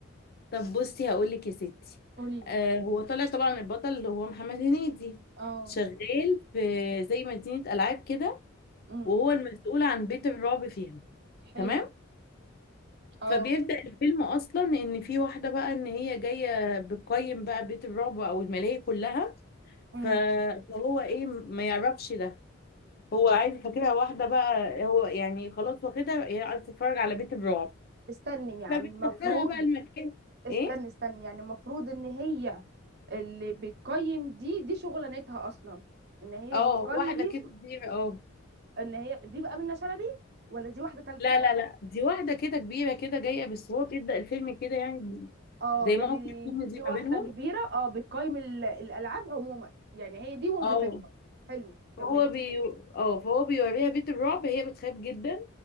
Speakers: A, on the left (about 50°); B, on the right (about 55°).
A: طب بصي هقول لك يا ستي
B: قولي لي
A: آه هو طالع طبعا البطل اللي هو محمد هنيدي
B: اه
A: شغال في زي مدينه العاب كده
B: امم
A: وهو المسؤول عن بيت الرعب فيها
B: حلو
A: تمام
B: اه
A: فبيبدأ الفيلم اصلا ان في واحده بقى ان هي جايه بتقيم بقى بيت الرعب او الملاهي كلها
B: امم
A: ف- فهو ايه ما يعرفش ده هو عايز فاكرها واحدة بقى هو يعني خلاص واخدها هي عايزة تتفرج على بيت الرعب
B: استني يعني
A: فبتدخلها
B: المفروض
A: بقى المكان
B: استني
A: ايه
B: استني يعني المفروض ان هي اللي بتقيم دي دي شغلانتها اصلا ان هي
A: اه
B: بتقيم
A: واحدة كده كبيرة اه
B: ان هي دي بقى منة شلبي ولا دي واحده تالت
A: لا لا لا دي واحدة كده كبيرة كده جاية بس هو بيبدأ الفيلم كده يعني
B: اه
A: زي
B: يعني
A: ما هو في الفيلم
B: دي
A: دي
B: واحده
A: ما بينهم
B: كبيره اه بتقيم ال- الالعاب عموما يعني هي دي وظيفتها
A: اه
B: حلو
A: فهو
B: كملي
A: بي اه فهو بيوريها بيت الرعب هي بتخاف جدا